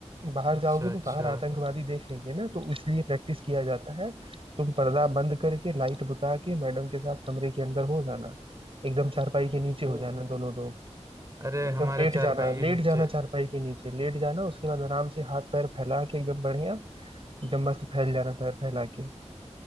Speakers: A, on the right; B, on the right.
A: बाहर
B: अच्छा
A: जाओगे तो
B: अच्छा
A: बाहर आतंकवादी देख लेंगे ना तो इसलिए प्रैक्टिस किया जाता है तुम पर्दा बंद करके लाइट बुता के मैडम के साथ कमरे के अंदर हो जाना एकदम चारपाई के नीचे हो
B: वो
A: जाना दोनों लोग
B: अरे
A: एकदम
B: हमारे
A: लेट
B: चारपाई
A: जाना
B: के
A: लेट
B: नीचे
A: जाना चारपाई के नीचे लेट जाना उसके बाद आराम से हाथ पैर फैला के एकदम बढ़िया एकदम मस्त फैल जाना पैर फैला के